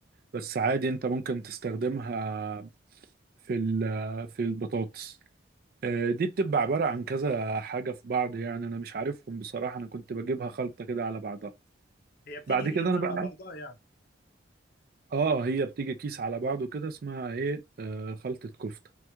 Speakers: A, on the right; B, on the left.
A: بس عادي انت ممكن تستخدمها في ال- في البطاطس آه، دي بتبقى عبارة عن كذا حاجة في بعض يعني أنا مش عارفهم بصراحة أنا كنت بجيبها خلطة كده على بعضها
B: هي بتيجي
A: بعد كده
B: جاهزة
A: أنا بقى
B: على بعضها يعني
A: آه هي بتيجي كيس على بعضه كده اسمها إيه آه، خلطة كفتة